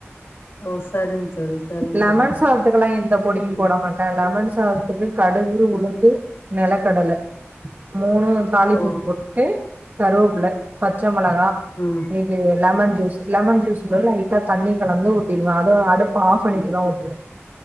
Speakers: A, on the left (about 60°); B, on the right (about 40°).
A: ஓ சரிங்க தோழி சரிங்க
B: லெமன்
A: தோழி
B: சாத்துக்கெல்லா எந்த பொடியு போட மாட்ட லெமன் சாதத்துக்கு கடுகு உளுந்து நெலக்கடல மூணு தாளிப்பூக்கு
A: ஓ
B: போட்டுட்டு கருவேப்பள்ள பச்ச மெளகா
A: ம்.
B: இது லெமன் ஜூஸ். லெமன் ஜூஸ் வுட லைட்டா தண்ணி கலந்து ஊத்திடுவேன அதுவும் அடு.. ஆப் பண்ணிட்டுதா ஊத்துவே